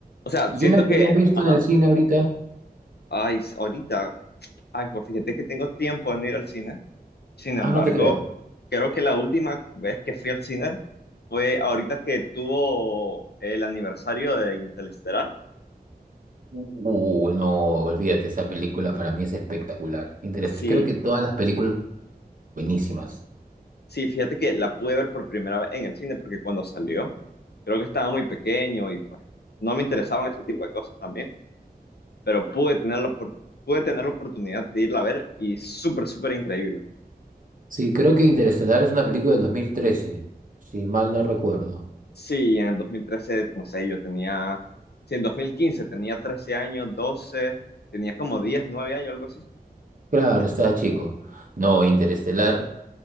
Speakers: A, on the left; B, on the right.
A: O sea,
B: ¿Y
A: siento
B: una que
A: que,
B: hayas visto
A: ajá,
B: en el cine ahorita?
A: ay, ahorita. Ay, pues fíjate que tengo tiempo en ir al cine. Sin
B: Ah,
A: embargo,
B: no te creo.
A: creo que la última vez que fui al cine fue ahorita que tuvo el aniversario de Interestelar.
B: Uh, no, olvídate, esa película para mí es espectacular. Interest-
A: Sí,
B: Creo que todas las películas buenísimas.
A: sí, fíjate que la pude ver por primera vez en el cine porque cuando salió, creo que estaba muy pequeño y pues no me interesaban ese tipo de cosas también, pero pude tener la, opor- pude tener la oportunidad de irla a ver y súper, súper increíble.
B: Sí, creo que Interestelar es una película del 2013, si mal no recuerdo.
A: Sí, en el 2013, no sé, yo tenía, sí, en 2015 tenía 13 años, 12, tenía como 10, 9 años, algo así.
B: Claro, estaba chico. No, Interestelar